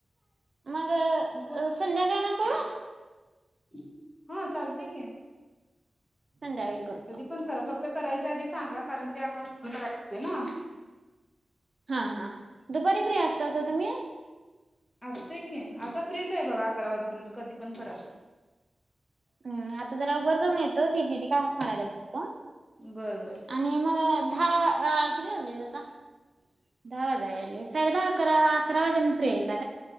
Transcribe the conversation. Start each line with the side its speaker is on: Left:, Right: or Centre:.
Right: मग
Left: नको
Right: संध्याकाळ ना करू
Left: <inaudible> हा चालतय की
Right: संध्यावेळी करतो.
Left: कधी पण करा फक्त करायच्या आधी सांगा कारण ते अकाउंट ओपण कराय लागते ना?
Right: हा हा दुपारी फ्री असतासा तुम्ही
Left: असतय की आता फ्रीच आहे बघा अकरा वाजेपर्यंत कधी पण करा
Right: हूं आता जरा वर जाऊन येतो ती दिदी काय हाक मारायली बघतो
Left: बरं बरं
Right: आणि मग दहा किती वाजलेत आता दहा वाजाय आले साडे दहा आ अकरा अकरा वाजेपर्यंत फ्री हाईसा